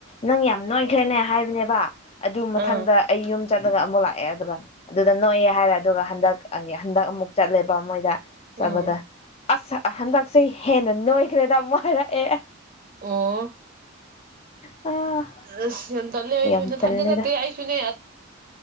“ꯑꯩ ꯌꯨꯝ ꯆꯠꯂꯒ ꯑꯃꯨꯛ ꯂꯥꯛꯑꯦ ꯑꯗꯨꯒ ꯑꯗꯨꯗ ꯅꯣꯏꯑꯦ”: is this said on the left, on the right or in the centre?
Left